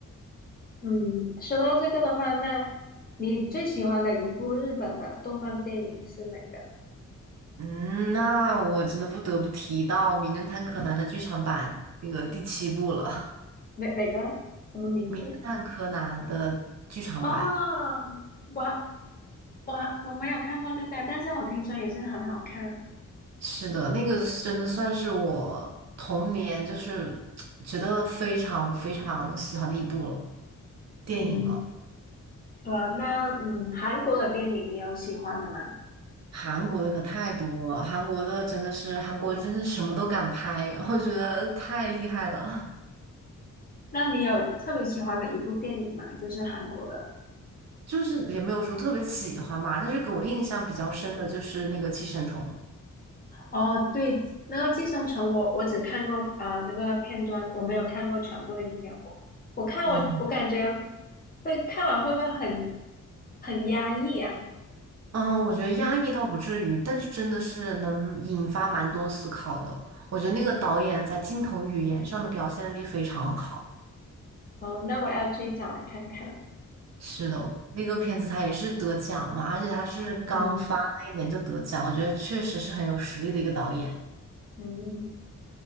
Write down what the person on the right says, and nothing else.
嗯，那我真的不得不提到《名侦探柯南》的剧场版那个第七部了，
《名侦探柯南》的剧场版。
是的，那个是真的算是我童年就是觉得非常非常喜欢的一部了，电影了。
韩国的可太多了，韩国的真的是韩国真的什么都敢拍，<laughs> 我觉得太厉害了。
就是也没有说特别喜欢吧，但是给我印象比较深的就是那个《寄生虫》。
嗯
嗯，我觉得压抑倒不至于，但是真的是能引发蛮多思考的。我觉得那个导演在镜头语言上的表现力非常好。
是的，那个片子他也是得奖嘛，而且他是刚发那一年就得奖，
我觉得确实是很有实力的一个导演。